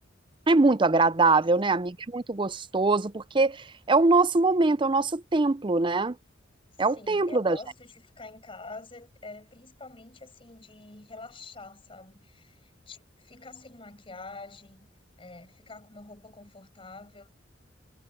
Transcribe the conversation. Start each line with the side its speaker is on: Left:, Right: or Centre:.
Right: É muito agradável,
Left: Nossa.
Right: né, amiga? É muito gostoso, porque é o nosso momento, é o nosso templo, né?
Left: Sim,
Right: É o templo
Left: eu gosto
Right: da gente.
Left: de ficar em casa, é, principalmente assim, de relaxar, sabe? De ficar sem maquiagem, é, ficar com uma roupa confortável.